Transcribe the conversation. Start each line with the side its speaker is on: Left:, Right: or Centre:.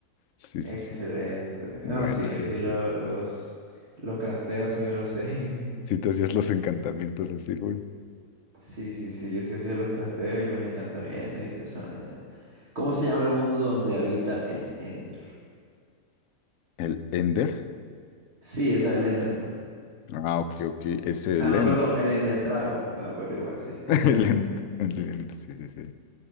Left: Sí,
Right: Excelente.
Left: sí, sí. Buena
Right: Ah, sí, yo
Left: ahí.
Right: sí lo- los, los crafteos, sí me los sé.
Left: Sí,
Right: <laughs>
Left: te hacías los encantamientos así, güey.
Right: Sí, sí, sí, yo sí hacía los crafteos y los encantamientos y toda esa vaina. ¿Cómo se llama el mundo donde habita el Ender?
Left: El Ender.
Right: Sí, o sea, el Enderman.
Left: Ah, ok, ok. Es el
Right: Ah, no,
Left: End.
Right: perdón, el Ender Dragon. Bueno, pero igual, sí, es
Left: <laughs>
Right: el
Left: El
Right: Ender.
Left: End. El End. Sí, sí, sí.